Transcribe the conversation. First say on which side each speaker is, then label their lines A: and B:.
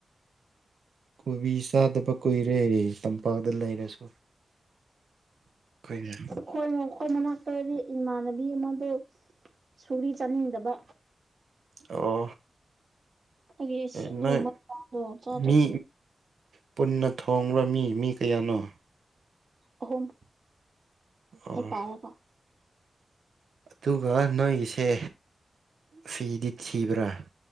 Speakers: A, on the right; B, on the right.
A: ꯀꯣꯕꯤ ꯆꯥꯗꯕ ꯀꯨꯏꯔꯦ ꯇꯝꯄꯥꯛꯗ ꯂꯩꯔꯁꯨ ꯐꯩꯅꯦ
B: ꯈꯣꯏ ꯃꯈꯣꯏ ꯃꯅꯥꯛꯇꯗꯤ ꯏꯃꯥꯟꯅꯕꯤ ꯑꯃꯗꯨ ꯁꯣꯔꯤ ꯆꯥꯅꯤꯡꯗꯕ
A: ꯑꯣ
B: ꯑꯩꯒꯤ ꯑꯁ
A: ꯑꯦ
B: ꯑꯗꯨꯒꯨꯝꯕ
A: ꯅꯣꯏ
B: ꯆꯥꯗꯣ ꯆꯥꯗ꯭ꯔꯗꯤ
A: ꯃꯤ ꯄꯨꯟꯅ ꯊꯣꯡꯕ꯭ꯔ ꯃꯤ ꯃꯤ ꯀꯌꯥꯅꯣ
B: ꯑꯍꯨꯝ
A: ꯑꯝ
B: ꯑꯩ ꯄꯥꯔꯒ
A: ꯑꯗꯨꯒ ꯅꯣꯏꯒꯤꯁꯦ ꯐꯤꯗꯤ ꯊꯤꯕ꯭ꯔꯥ